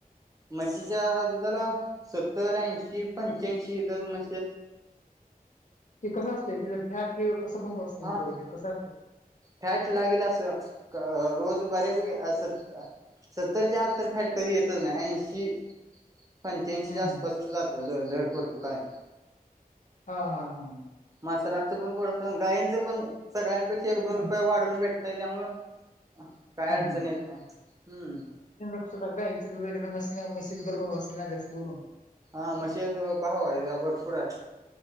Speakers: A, on the right (about 25°); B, on the left (about 55°).
A: मशीच्या दुधाला, सत्तर, ऐंशी, पंच्याऐंशी, दर म
B: ते कसं असत तेज फॅट हे कसं भाव असतय
A: हा
B: म डेरीत कसं असत?
A: फॅट लागेल असं, क रोज बऱ्यापैकी असत. सत्तरच्या आत तर फॅट कधी येतच नाही ऐंशी, पंच्याऐंशीच्या
B: हम्म
A: आसपास
B: हम्म.
A: जा द- दर पडतो कायम.
B: हा हा हा.
A: म्हसराणचं पण पडत गायींचं पण सगळ्यांपेक्षा एक
B: हम्म
A: दोन रुपये वाढवून भेटतय त्यामुळं काय
B: हम्म
A: अडचण येत नाही, हम्म.
B: अस गायच बी वगैरे मशीला मशीला तर भाव असल ना जास्त करून?
A: हा मशीच भाव आहे जर भरपूर आहे.